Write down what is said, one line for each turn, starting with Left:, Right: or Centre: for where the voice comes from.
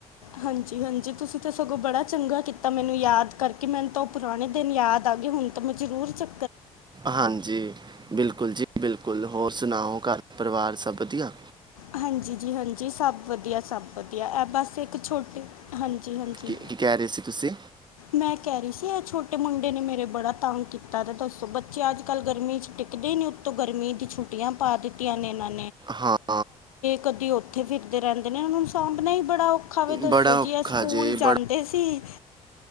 Left: ਹਾਂਜੀ-ਹਾਂਜੀ ਤੁਸੀਂ ਤਾਂ ਸਗੋਂ ਬੜਾ ਚੰਗਾ ਕੀਤਾ ਮੈਨੂੰ ਯਾਦ ਕਰਕੇ, ਮੈਨੂੰ ਤਾਂ ਉਹ ਪੁਰਾਣੇ ਦਿਨ ਯਾਦ ਆ ਗਏ ਹੁਣ ਤਾਂ ਮੈਂ ਜ਼ਰੂਰ ਚੱ
Right: ਹਾਂਜੀ। ਬਿਲਕੁਲ ਜੀ। ਬਿਲਕੁਲ ਕੁੱਲ ਹੋਰ ਸੁਣਾਓ? ਘਰ-ਪਰਿਵਾਰ ਸਭ ਵਧੀਆ?
Left: ਹਾਂਜੀ ਜੀ। ਹਾਂਜੀ। ਸਭ ਵਧੀਆ- ਸਭ ਵਧੀਆ ਇਹ ਬਸ ਇੱਕ ਛੋਟੇ, ਹਾਂਜੀ- ਹਾਂਜੀ
Right: ਕੀ ਕੀ ਕਹਿ ਰਹੇ ਸੀ ਤੁਸੀਂ
Left: ਮੈਂ ਕਹਿ ਰਹੀ ਸੀ ਇਹ ਛੋਟੇ ਮੁੰਡੇ ਨੇ ਮੇਰੇ ਬੜਾ ਤੰਗ ਕੀਤਾ, ਦਾ ਦੱਸੋ ਬੱਚੇ ਅੱਜ-ਕੱਲ ਗਰਮੀ ਚ ਟਿਕਦੇ ਨੀ ਉੱਤੋਂ ਗਰਮੀ ਦੀਆ ਛੁੱਟੀਆਂ ਪਾ ਦਿੱਤੀਆਂ ਨੇ, ਇਹਨਾਂ ਨੇ
Right: ਹਾਂ।
Left: ਕਦੇ ਉੱਥੇ ਫਿਰਦੇ ਰਹਿੰਦੇ ਨੇ, ਇਹਨਾਂ ਨੂੰ ਸਾਂਭਣਾ ਹੀ ਬੜਾ ਔਖਾ ਔਖਾ ਵੇ, ਦੱਸੋ
Right: ਬੜਾ ਔਖਾ
Left: ਜੀ ਐ ਸਕੂਲ
Right: ਜੇ ਬੜਾ
Left: ਜਾਂਦੇ ਸੀ,